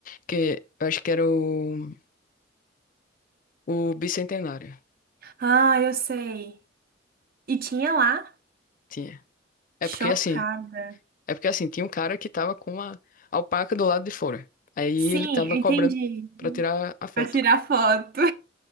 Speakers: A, on the left (about 45°); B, on the right (about 50°).
A: que eu acho que era o, o Bicentenário.
B: Ah, eu sei. E tinha lá?
A: Tinha. É
B: Chocada.
A: porque assim, é porque assim, tinha um cara que tava com uma alpaca do lado de fora. Aí
B: Sim,
A: ele tava
B: eu
A: cobrando
B: entendi.
A: pra tirar a foto.
B: Pra tirar foto.